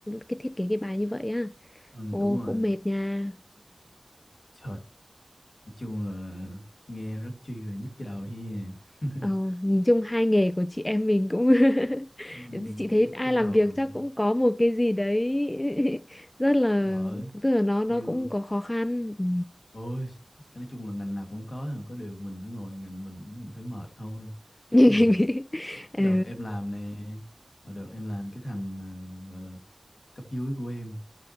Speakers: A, on the left (about 30°); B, on the left (about 80°).
A: cái thiết kế cái bài như vậy á
B: ừ
A: Ồ
B: đúng rồi
A: cũng mệt nha
B: trời Nói chung là nghe rất chi là nhức cái đầu he. <laughs>
A: ờ, nhìn chung hai nghề của chị em mình cũng
B: Ừm,
A: <laughs> chị thấy
B: nhức
A: ai
B: cái
A: làm
B: đầu
A: việc chắc cũng có một cái gì đấy <laughs> rất là
B: bởi
A: tức là nó nó
B: như
A: cũng có khó khăn ừ.
B: ôi cái nói chung là ngành nào cũng có nhưng mà có điều mình nó ngồi ngành mình cái mình thấy mệt thôi
A: <laughs>
B: ví dụ
A: ừ.
B: đợt em làm nè và đợt em làm cái thằng ờ, gọi là cấp dưới của em